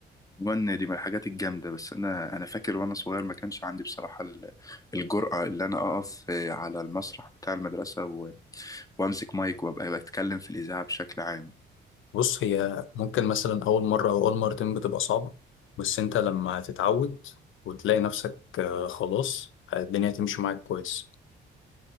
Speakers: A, on the left; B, on the left.
A: وان دي من الحاجات الجامده بس انا انا فاكر وانا صغير ما كانش عندي بصراحه ال- الجرأه اللي انا اقف آه، على المسرح بتاع المدرسه و... وامسك مايك وابقى بتكلم في الاذاعه بشكل عام
B: بص هي ممكن مثلا أول مرة أو أول مرتين بتبقى صعبة بس أنت لما تتعود وتلاقي نفسك آه، خلاص الدنيا تمشي معاك كويس